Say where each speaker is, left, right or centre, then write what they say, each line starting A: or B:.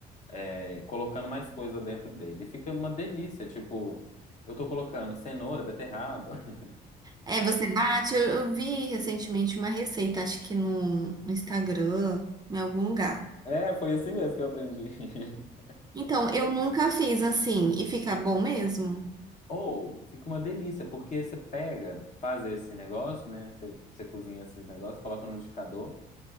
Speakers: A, on the left; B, on the right.
A: é, colocando mais coisa dentro dele. E fica uma delícia, tipo, eu tô colocando cenoura, beterraba. <laughs>
B: É, você bate. Eu, eu vi recentemente uma receita, acho que no, no Instagram, em algum lugar.
A: É, foi assim mesmo que eu aprendi. <laughs>
B: Então, eu nunca fiz assim e fica bom mesmo.
A: Ou fica uma delícia, porque você pega, faz esse negócio, né? Você, você cozinha esses negócios, coloca no liquidificador